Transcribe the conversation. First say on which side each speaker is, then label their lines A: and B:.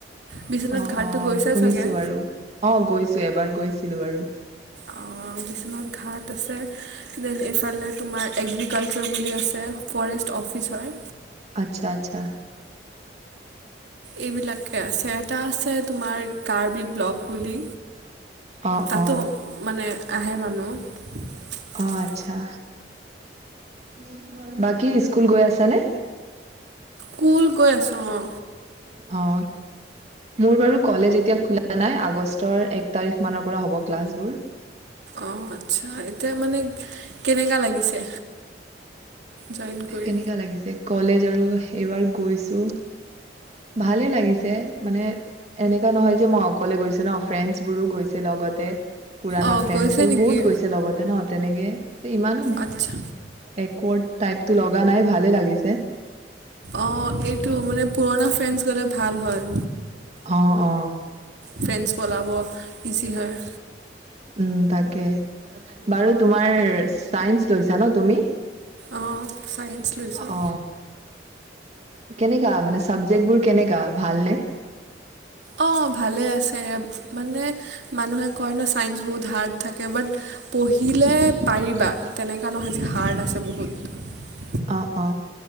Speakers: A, on the right (about 75°); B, on the right (about 35°).
A: বিশ্বনাথ
B: অ'
A: ঘাটটো
B: অ'
A: গৈছে
B: শুনিছো
A: চাগে
B: বাৰু অ' গৈছো এবাৰ গৈ ছিলো বাৰু।
A: অঁ, ঘাট আছে দেন এইফালে তোমাৰ এগ্ৰিকালচাৰ বুলি আছে অফিচ হয়
B: আচ্ছা, আচ্ছা।
A: এইবিলাকে আছে। এটা আছে তোমাৰ কাৰ্বি ব্লগ বুলি
B: অ',
A: তাতো
B: অ',
A: মানে আহে মানুহ
B: অ', আচ্ছা। <inaudible> বাকী স্কুল গৈ আছ নে?
A: কুল গৈ আছো অ?
B: অ! মোৰ বাৰু কজো ন আগ তিখৰ পৰা হ'ব ক্লাছবোৰ
A: অ আচ্ছা এতিয়া মানে কেনেকা লাগিছে? জইন
B: এতিয়া
A: কৰি
B: কেনেকা লাগিছে কলেজ? আৰু এইবাৰ গৈছো ভালে লাগিছে মানে এনেকা নহয় যে মই অকলে গৈছো ন ফ্ৰেণ্ডছ বোৰো গৈছে লগতে পুৰণা
A: অঁ
B: ফ্ৰেণ্ডছ
A: গৈছে
B: বোৰ
A: নেকি
B: বহুত গৈছে লগতে ন তেনেকে ইমান
A: আচ্ছা
B: বেকৰ্ড লগা নাই ভালে লাগিছে।
A: অ এইটো মানে পুৰণা ফ্ৰেণ্ডছ গ'লে ভাল হয়
B: অ অ
A: ফ্ৰেণ্ডছ পলাব ইজি হয়।
B: উ তাকে বাৰু তোমাৰ চাই লৈছা ন তুমি?
A: অ। চায়েন্স লৈছোঁ।
B: অ কেনেকা মানে চাবজেক্টবোৰ কেনেকা ভালনে?
A: অ ভালে আছে মানে মানুহে কয় ন ছাইন্স বহুত হাৰ্ড থাকে বাট পঢ়িলে পাৰিবা তেনেকুৱা নহয় যে হাৰ্ড আছে বহুত।
B: অ অ।